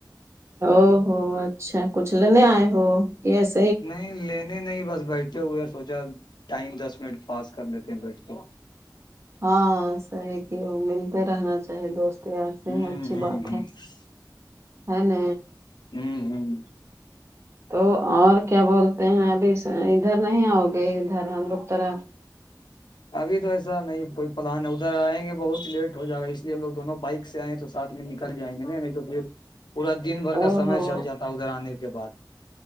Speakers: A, on the right (about 35°); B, on the left (about 75°).
A: او ہو اچھا کچھ لینے آئے ہو یس
B: نہیں لینے نہیں بس بیٹھے ہوئے سوچا ٹائم دس منٹ پاس کر لیتے ہیں بیٹھے
A: ہاں صحیح کیا ملتے رہنا چاہے دوست یار سے
B: ہوں
A: اچھی بات
B: ہ
A: ہے ہے ن
B: ہمم ہمم
A: <inaudible> تو اور کیا بولتے ہیں ابھی ادھر نہیں آؤ گے ادھر ہم لوگ تورا
B: ابھی تو ایسا نہیں کوئی پلان ہے ادھر آئ گے بہت لیٹ ہو جائے گا اس لیےب لوگ دونوں بائک سے آئے ہیں تو سات میں نکل جائیں گے ن نہیں تو پھر پورا دن بھر
A: او
B: کا سمے
A: ہو
B: چل جاتا ادھر آنے کے بعد